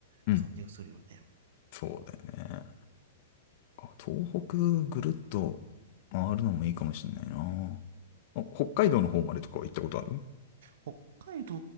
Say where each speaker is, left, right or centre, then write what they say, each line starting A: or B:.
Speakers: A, on the left; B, on the right.
A: うん。
B: 感じがするよね。
A: うん。そうだよね。あ東北ぐるっと回るのもいいかもしれないな。あ北海道の方までとかは行ったことある
B: 北海道